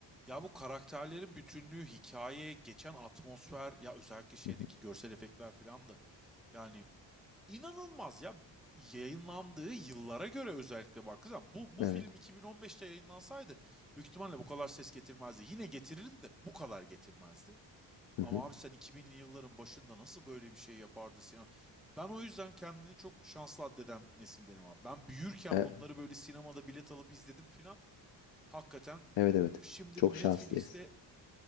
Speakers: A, in the centre; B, on the left (about 75°).
A: Ya bu karakterlerin bütünlüğü, hikaye, geçen atmosfer ya özellikle şeydeki
B: Hı hı,
A: görsel efektler filan da yani inanılmaz ya Bu- yayınlandığı yıllara göre özellikle baktığı zaman bu, bu
B: Evet.
A: film 2015'te yayınlansaydı büyük ihtimalle bu kadar ses getirmezdi. Yine getirirdi de bu kadar getirmezdi.
B: Hı
A: Ama
B: hı.
A: abi sen 2000'li yılların başında nasıl böyle bir şey yapardı sinema? Ben o yüzden kendini çok şanslı addeden nesildenim abi. Ben büyürken
B: E,
A: bunları böyle sinemada bilet alıp izledim filan. Hakikaten
B: Evet evet.
A: şimdi
B: Çok
A: bu
B: şanslıyız.
A: Netflix'te